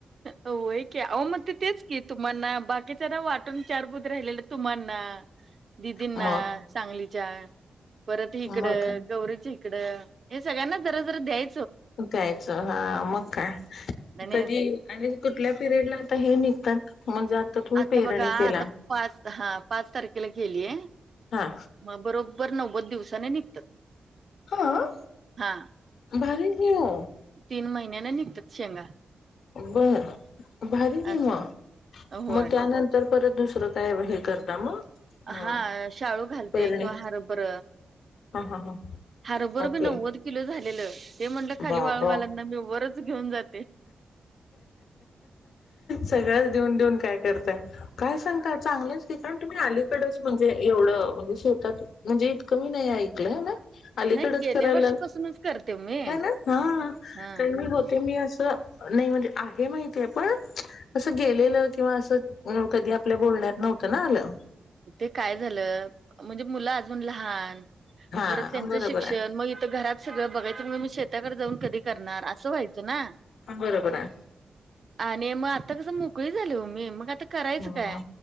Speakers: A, on the right (about 50°); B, on the left (about 85°).
A: होय की आहों म ते तेच की तुम्हाना बाकीच्याना वाटून चार पोती राहिलेलं तुम्हाना, दिदींना,
B: मग
A: सांगली चार परत हिकड
B: मग
A: गौरीची इकड, हे सगळ्यांना जरा जरा द्याय
B: द्यायचं. हा मग काय.
A: आणि
B: कधी आणि कुठल्या पिरेड ला आता हे निघतात म्हणजे तुम्ही
A: आता
B: पेरणी
A: बघा
B: केला
A: आता पाच हा पाच तारखेला केलीय
B: हा
A: म बरोब बर नव्वद दिवसाने निघतात.
B: हां,
A: हा
B: भारी आहे की वो.
A: तीन महिन्याने निघतात शेंगा.
B: बर भारी की
A: असं
B: म
A: होय
B: म त्यानंतर परत दुसरं काय हे करता मग? ह
A: हा शाळू घालते,
B: पेरणी
A: किंवा हरभर,
B: हा हा हा
A: हरभर
B: ओके
A: बी नव्वद किलो झालेलं. ते म्हणलं खाली
B: बाबा
A: वाळू घालत नाही मी वरच घेऊन जात
B: सगळंच देऊन देऊन काय करताय काय सांगता चांगलंच की. कारण तुम्ही अलीकडच म्हणजे एवढं म्हणजे शेतात म्हणजे इतकं मी नाही ऐकलं ना? अलीकडच
A: नाही गेल्या
B: करायला
A: वर्षीपासूनच करते मी
B: नाही ना हां
A: हा
B: का मी होते मी अस नाही म्हणजे आहे माहितीय पण असं गेलेलं किंवा असं कधी आपल्या बोलण्यात नव्हतं ना आलं.
A: ते काय झालं म्हणजे मुलं अजून लहान
B: हा
A: परत त्यांचं
B: बरोबर
A: शिक्षण
B: आहे
A: मग इथं घरात सगळं बघायच मी शेताकडे जाऊन कधी करणार असं व्हायचं ना.
B: बरोबर आहे
A: आणि मग आता कस मोकळी झाली हो मी मग आता करायचं
B: ह
A: काय?